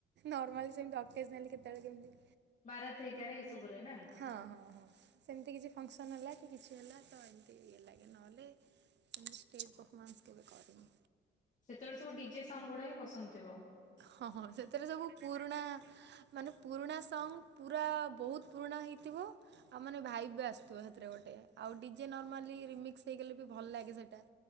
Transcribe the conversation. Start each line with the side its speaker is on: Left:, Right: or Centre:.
Right: ନର୍ମାଲ ସେମିତି ଅକେଜ଼ନାଲି କେତେବେଳେ କେମିତି
Left: ବାରାତି <inaudible> ଏଇ ସବୁ କରେ ନା।
Right: ହଁ ହଁ ହଁ ସେମିତି କିଛି ଫଙ୍କସନ୍ ହେଲା କି କିଛି ହେଲା ତ ଇଏ ଲାଗେ ନହେଲେ କେମିତି ଷ୍ଟେଜ ପରଫମାନ୍ସ କେବେ କରିନି
Left: ସେତେବେଳେ ସବୁ ଡିଜେ ସଙ୍ଗ ଗୁଡା ହି ପସନ୍ଦଥିବ।
Right: ହଁ ହଁ ସେଥିରେ ସବୁ ପୁରୁଣା ମାନେ ପୁରୁଣା ସଙ୍ଗ ପୁରା ବହୁତ ପୁରୁଣା ହେଇଥିବ। ଆଉ ମାନେ ଭାଇବ ବି ଆସୁଥିବ ସେଥିରେ ଗୋଟେ ଆଉ ଡିଜେ ନର୍ମାଲିମିକ୍ସ ହେଇଗଲେ ବି ଭଲ ଲାଗେ ସେଟା